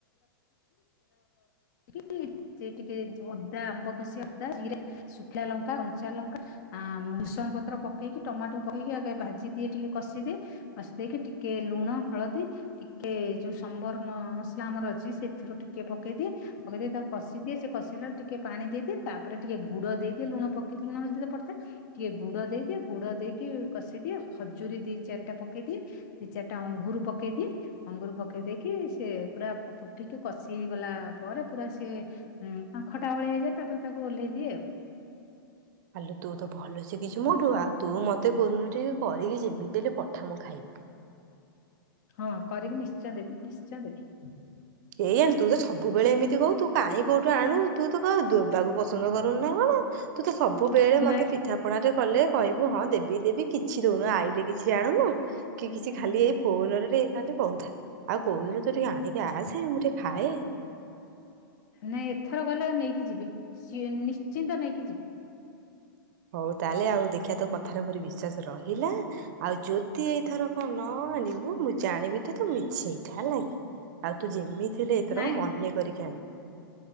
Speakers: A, on the left (about 50°); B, on the right (about 50°).
A: <inaudible> ସେ ଟିକେ ଅଦା ଆମ୍ବ କଷି ଅଦା ଜିରା ଶୁଖା ଲଙ୍କା କଞ୍ଚା ଲଙ୍କା ଆ ଭୂସମ୍ ପତ୍ର ପକେଇକି ଟମାଟୋ ପକେଇକି ଆଗେ ଭାଜି ଦିଏ ଟିକେ କଷିଦିଏ ବସି ଦେଇେଇକି ଟିକେ ଲୁଣ ହଳଦୀ ଟିକେ ଯୋଉ ସମ୍ବର ମସଲା ଆମର ଅଛି ସେଥିରୁ ଟିକେ ପକେଇଦିଏ। ପକେଇଦେଇ ତାକୁ କଷିଦିଏ ସେ କଷିଲାରୁ ଟିକେ ପାଣି ଦେଇଦିଏ ତାପରେ ଟିକେ ଗୁଡ ଦେଇଦିଏ ଲୁଣ ପକି ଲୁଣ ହଳଦୀରେ ପଡ଼ିଥାଏ। ଟିକେ ଗୁଡ ଦେଇଦିଏ ଗୁଡ ଦେଇକି କଷେଇଦିଏ ଖଜୁରୀ ଦି ଚାରିଟା ପକେଇଦିଏ ଦି ଚାରିଟା ଅଙ୍ଗୁରୁ ପକେଇ ଦିଏ ଅଙ୍ଗୁରୁ ପକେଇ ପକେଇ ଦେଇକି ସେ ପୁରା ଫୁଟିକି କଷି ହେ ଗଲା ପରେ ପୁରା ସେ ହୁଁ ଆଉ ଖଟା ଭଳିଆ ହେଇଯାଏ ତାପରେ ତାକୁ ଓହ୍ଲେଇ ଦିଏ ଆଉ।
B: ଆଲୋ ତୁ ତ ଭଲ ଶିଖିଛୁ ମୋଠୁ ଆଉ ତୁ ମତେ କୋଉ ଦିନ ଟିକେ କରିକି ଯେମିତି ହେଲେ ପଠା ମୁଁ ଖାଇବି।
A: ହଁ କରିକି ନିଶ୍ଚୟ ଦେବି ନିଶ୍ଚୟ ଦେବି।
B: ଏଇ ଜାଣି ତୁ ତ ସବୁବେଳେ ଏମିତି କହୁ ତୁ କାଇହିଁ କୋଉଠୁ ଆଣୁ ତୁ ତ କ ଦେବାକୁ ପସନ୍ଦ କରୁନୁ ନାଇଁ କଣ। ତୁ ତ ସବୁବେଳେ ମତେ
A: ନାଇଁ
B: ପିଠା <unintelligible> ରେ କଲେ କହିବୁ ହଁ ଦେବି-ଦେବି କିଛି ଦଉନୁ ଆଇଲେ କିଛି ଆଣୁନୁ। କି କିଛି ଖାଲି ଏଇ ଫୋନ୍ ରେ ଖାଲି କହୁଥା। ଆଉ କୋଉଦିନ ତୁ ଟିକେ ଆଣିିକ ଆସେ ମୁଁ ଟିକେ ଖାଏ।
A: ନାଇଁ ଏଥର ଗଲେ ନେଇକି ଯିବି ସିଏ ନିଶ୍ଚିନ୍ତ ନେଇକି ଯିବି।
B: ହଉ ତାହେଲେ ଆଉ ଦେଖିବା ତୋ କଥାରେ ମୋ ବିଶ୍ଵାସ ରହିଲା ଆଉ ଯଦି ଏଇଥର କଣ ନ ଆଣିବୁ ମୁଁ ଜାଣିବି ତୁ ତ ମିଛେଇଟା ହେଲା କି। ଆଉ ତୁ ଯେମିତି ହେଲେ ଏଥର
A: ନାଇଁ
B: ମନେ କରିକି ଆଣିବୁ।